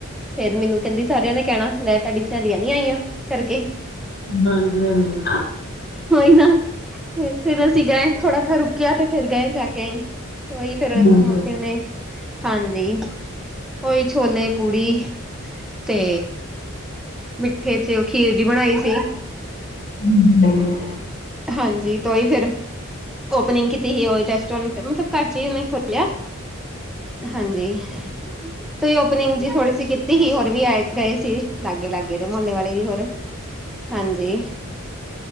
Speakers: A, in the centre; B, on the left (about 45°).
A: ਫੇਰ ਮੈਨੂੰ ਕਹਿੰਦੀ, ਸਾਰਿਆਂ ਨੇ ਕਹਿਣਾ, ਲੈ ਤੁਹਾਡੀ ਸਹੇਲੀਆਂ ਨੀ ਆਈਆਂ ਕਰਕੇ।
B: ਹਾਂਜੀ- ਹਾਂਜੀ।
A: ਉਹੀ ਨਾ ਤੇ ਫੇਰ ਅਸੀਂ ਗਏ। ਥੋੜਾ ਜਿਹਾ ਰੁਕਿਆ, ਤੇ ਫੇਰ ਗਏ, ਜਾ ਕੇ ਆਣੀ। ਹੀ ਫੇਰ, ਉੱਥੇ
B: ਹੂੰ
A: ਉਹਨੇ ਹਾਂਜੀ। ਉਹੀ ਛੋਲੇ, ਪੂੜੀ ਤੇ ਮਿੱਠੇ ਚ, ਉਹ ਖੀਰ ਜੀ, ਬਣਾਈ ਸੀ।
B: ਹੂੰ।
A: ਹਾਂਜੀ, ਤੇ ਔਹੀ ਫੇਰ। ਓਪਨਿੰਗ ਕੀਤੀ ਸੀ। ਉਹੀ ਤੇ ਜਸਟ ਹੁਣ ਮਤਲਬ, ਘਰ ਚ ਹੀ ਉਹਨੇ ਖੋਲਿਆ। ਹਾਂਜੀ। ਤੁਸੀਂ ਓਪਨਿੰਗ ਜੀ, ਥੋੜੀ ਸੀ ਕੀਤੀ ਸੀ। ਹੋਰ ਵੀ ਆਏ- ਗਏ ਸੀ, ਲਾਗੇ- ਲਾਗੇ। ਏਦੇ ਮੁਹੱਲੇ ਵਾਲੇ ਵੀ ਹੋਰ ਹਾਂਜੀ